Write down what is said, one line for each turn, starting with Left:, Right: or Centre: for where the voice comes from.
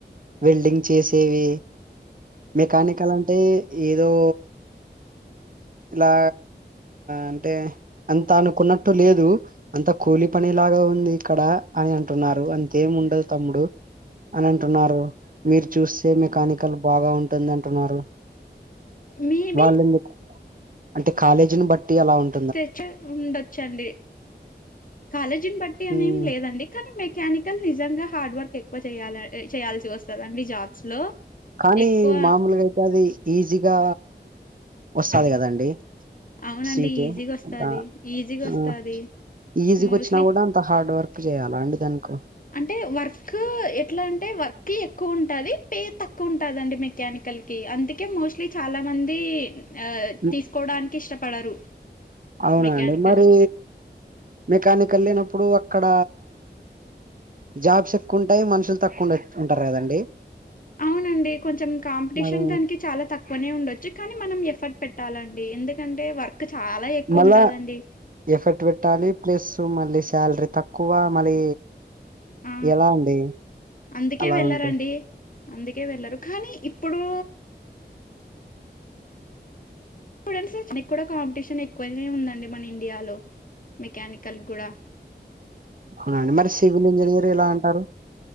Right: వెల్డింగ్ చేసేవి మెకానికల్ అంటే ఏదో ఇలా అంటే అంత అనుకున్నట్టు లేదు అంత కూలి పని లాగా ఉంది ఇక్కడ అని అంటున్నారు అంతేం ఉండదు తమ్ముడు అనన్టున్నారు మీరు చూస్తే మెకానికల్ బాగా ఉంటుంధంటున్నారు
Left: మేబీ
Right: వాళ్లెందుకు అంటే కాలేజీని బట్టి అలా ఉన్
Left: తెచ్చే ఉండొచ్చండి కాలేజీని బట్టి అనేం
Right: ఉమ్
Left: లేదండి కనీ మెకానికల్ నిజంగా హార్డ్ వర్క్ ఎక్కువ చేయాల చేయాల్సి వస్తదండి జాబ్స్ లో
Right: కానీ
Left: ఎక్కువ
Right: మామూలుగయితే అది ఈజీగా వస్తాది కదండి
Left: అవునండి
Right: సీటు
Left: ఈజీగా వస్తది
Right: అ
Left: ఈజీగా వస్తది
Right: ఆ ఈజీగొచ్చినా
Left: మోస్ట్లీ
Right: గూడ త హార్డ్ వర్క్ జేయ్యాలా అండి దానికు
Left: అంటే వర్క్ ఎట్లా అంటే వర్క్ ఎక్కువ ఉంటాది పే తక్కువుంటాదండి మెకానికల్ కి అందుకే మోస్ట్లీ చాలా మంది ఆ
Right: ఉమ్,
Left: తీసుకోడానికి ఇష్టపడరు
Right: అవునండి
Left: మెకానికల్
Right: మరీ
Left: ని
Right: మెకానికల్ లేనప్పుడు అక్కడ జాబ్స్ ఎక్కువుంటాయి మనుషులు తక్కుఉండా ఉంటారు కదండి
Left: అవునండి డి కొంచెం కాంపిటీషన్
Right: మరి
Left: దానికి చాలా తక్కువ వనే ఉండొచ్చు కనీ మనం ఎఫర్ట్ పెట్టాలండి ఎందుకంటే వర్క్ క్ చాలా ఎక్కువ
Right: మళ్ళా
Left: ఉంటాదండి
Right: ఎఫర్ట్ పెట్టాలి ప్లస్ మళ్ళీ శాలరీ తక్కువ మళ్ళీ
Left: ఆ
Right: ఎలా అండి
Left: అందుకే
Right: అలా
Left: వెళ్ళరండి
Right: ఉంటే
Left: అందుకే వెళ్లరు కానీ ఇప్పుడు స్టూడెంట్స్ నిక్కుడా కాంపిటీషన్ ఎక్కువనే ఉందండి మన ఇండియాలో మెకానికల్ గ్గుడా
Right: అవునా అండి మరి సివిల్ ఇంజనీర్ ఎలా అంటారు